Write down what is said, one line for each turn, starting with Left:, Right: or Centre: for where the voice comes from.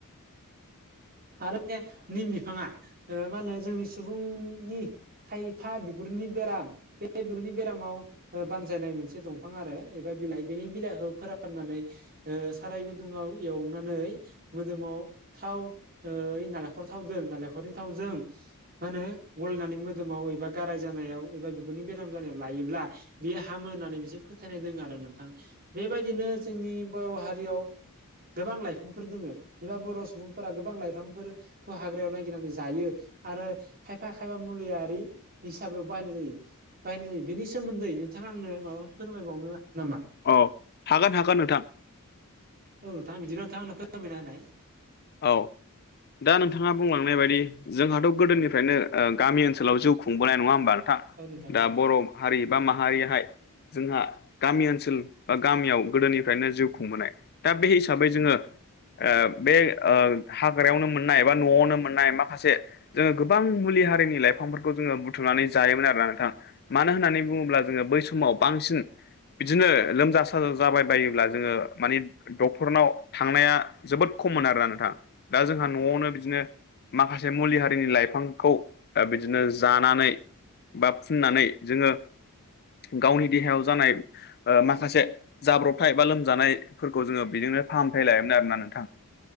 Right: आरो निम बिफाङा मा ओ होनो जोंनि सुबुंनि थायथा बिगुरनि बेराम बे बिगुरनि बेरामाव ओ बानजायनाय मोनसे दंफां आरो एबा बिलाइ बेनि बिलाइखौ फोराननानै ओ साराय गुदुुंआव एवनानै मोदोमाव थाव ओ इ नालेंखर थावजों नालेंखरनि थावजों मा होनो गलनानै मोदोमाव एबा गाराय जानायाव एबा बिगुरनि बेराम जानायाव लायोब्ला बियो हामो होननानै मोनसे फोथायनाय दङ आरो नोंथां। बेबायदिनो जोंनि बर' हारियाव गोबां लाइफांफोर दङ एबा बर' सुबुंफोरा गोबां लाइफां फोरखौ हाग्रायाव नायागिरनानै जायो आरो खायफा खायफा मुलियारि हिसाबै बायनाय जायो बायनाय जायो बेनि सोमोन्दै नोंथाङा आंनो माबा फोरमायबावनो नामा?
Left: औ हागोन हागोन नोंथां
Right: औ नोंथां बिदिनो नोंथां आंनो फोरामायना होनाय
Left: औ दा नोंथाङा बुंलांनाय बायदि जोंहाथ' गोदोनिफ्रायनो गामि ओनसोलाव जिउ खुंबोनाय नङा होमबा
Right: औ नोंथां
Left: दा
Right: औ
Left: बर' हारि बा माहारियाहाय जोंहा गामि ओनसोल बा गामियाव गोदोनिफ्रायनो जिउ खुंबोनाय दा बे हिसाबै जोङो ओ बे ओ हाग्रायावनो मोननाय बा न'आवनो मोननाय माखासे जोङो गोबां मुलि हारिनि लाइफांफोरखौ जोङो बुथुमनानै जायोमोन आरो ना नोंथां मानो होननानै बुङोब्ला जोङो बै समाव बांसिन बिदिनो लोमजा साजा जाबाय बायोब्ला जोङो माने डक्टरनाव थांनाया जोबोद खममोन आरोना नोंथां दा जोंहा न'आवनो बिदिनो माखासे मुलि हारिनि लाइफांखौ बिदिनो जानानै बा फुननानै जोङो गावनि देहायाव जानाय माखासे जाब्रबथाय बा लोमजानायफोरखौ जोङो बिजोंनो फाहामथाय लायोमोन आरोोना नोंथां